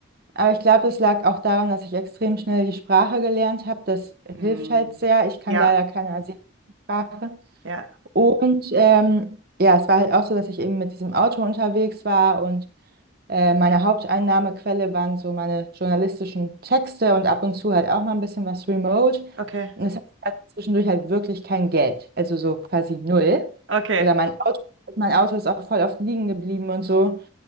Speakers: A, on the right (about 50°); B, on the right (about 70°).
A: Aber ich glaube, das lag auch daran, dass ich extrem schnell die Sprache gelernt habe. Das
B: Mm.
A: hilft halt sehr. Ich kann
B: Ja,
A: leider keine asiatische Sprache.
B: ja,
A: Und ähm, ja, es war halt auch so, dass ich eben mit diesem Auto unterwegs war und Äh, meine Haupteinnahmequelle waren so meine journalistischen Texte und ab und zu halt auch mal ein bisschen was remote.
B: okay,
A: Und es hat halt zwischendurch halt wirklich kein Geld, also so quasi null.
B: okay.
A: Oder mein Auto, mein Auto ist auch voll oft liegen geblieben und so.